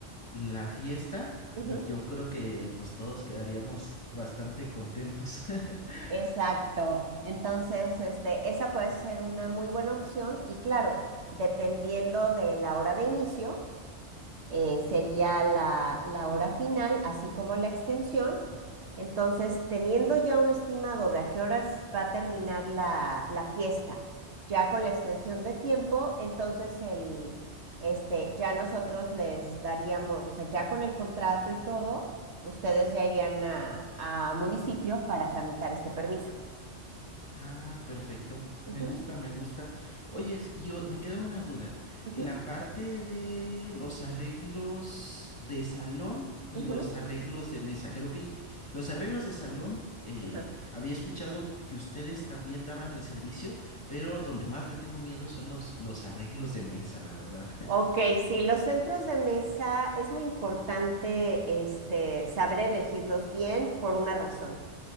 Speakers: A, on the left; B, on the right.
A: la fiesta
B: Ujú.
A: y yo creo que pues todos quedaríamos bastante contentos. <laughs>
B: Exacto. Entonces, este, esa puede ser una muy buena opción y claro, dependiendo de la hora de inicio, eh, sería la, la hora final, así como la extensión. Entonces, teniendo ya un estimado de a qué horas va a terminar la, la fiesta, ya con la extensión de tiempo, entonces el, este, ya nosotros les daríamos, o sea, ya con el contrato y todo, ustedes ya irían a, a municipio para tramitar este permiso.
A: Ah, perfecto.
B: Ujú,
A: Me gusta, me gusta. Oyes, yo me queda una duda.
B: ujú,
A: eh, La parte de los arreglos de salón y
B: ujú,
A: los arreglos de mesa. Creo que los arreglos de salón, eh,
B: ajá.
A: había escuchado que ustedes también daban el servicio, pero donde más le tengo miedo son los, los arreglos de mesa, la verdad.
B: Ok, sí, los centros de mesa es muy importante este, saber elegirlos bien por una razón.